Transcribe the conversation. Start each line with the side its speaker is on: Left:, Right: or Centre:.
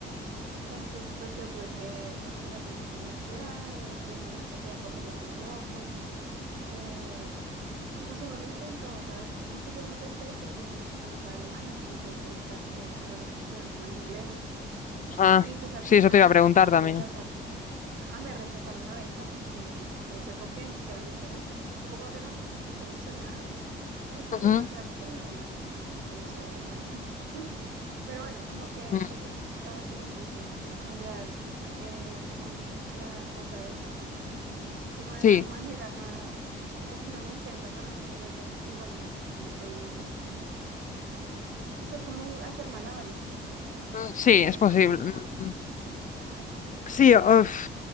Right: Entonces, pues yo tuve que postularme a las universidades, llenar una cantidad de papeles muy locos. eh, y pues uno lo intentó, ¿sabes? Como que yo lo intenté, pero pues obviamente yo no sabía alemán, así que tuve que buscar eh, carreras que estuvieran como en inglés.
Left: Ah,
Right: Y pues al
Left: sí,
Right: final
Left: eso te iba a preguntar
Right: ellos me
Left: también.
Right: rechazaron. Ajá, me rechazaron la beca porque no sé por qué, ni siquiera me dijeron. Fue como, no, no fuiste seleccionada. Y pues
Left: Ujú.
Right: yo creo que era porque no eran alemán, porque no sabía alemán. <laughs> Pero bueno, como que
Left: Mm,
Right: de pronto estaba así lo que hice, como cambiar eh, como el- la cosa esa, como de
Left: Sí,
Right: la <laughs> manera más, como que no lo intenta, pero no se logra porque igual no es como tan, o sea, es como jug- hacer malabares,
Left: Mm, sí,
Right: la verdad.
Left: es posible. Mm, mm. Sí, uf,